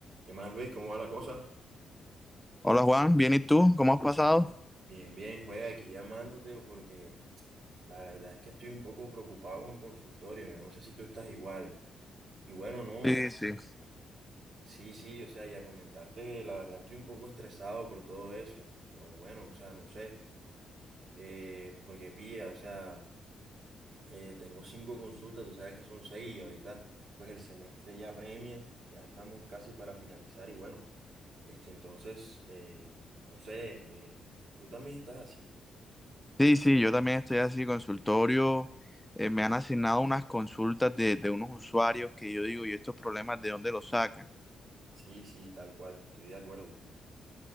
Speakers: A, on the right; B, in the centre.
A: ¿Qué más, Luis? ¿Cómo va la cosa?
B: Hola Juan, bien, ¿y tú? ¿Cómo has pasado?
A: Bien, bien, juega aquí llamándote porque la verdad es que estoy un poco preocupado con consultorio. Yo no sé si tú estás igual. Y bueno, no,
B: Sí, sí.
A: sí, sí, o sea, y a comentarte que la verdad estoy un poco estresado por todo eso. Pero bueno, o sea, no sé, eh, porque pilla, o sea, eh, tengo cinco consultas, tú sabes que son seis y ahorita pues el semestre ya premia, ya estamos casi para finalizar y bueno, este entonces, eh, no sé, eh, tú también estás así.
B: Sí, sí, yo también estoy así, consultorio. eh, me han asignado unas consultas de, de unos usuarios que yo digo, ¿y estos problemas de dónde los sacan?
A: Sí, sí, tal cual, estoy de acuerdo,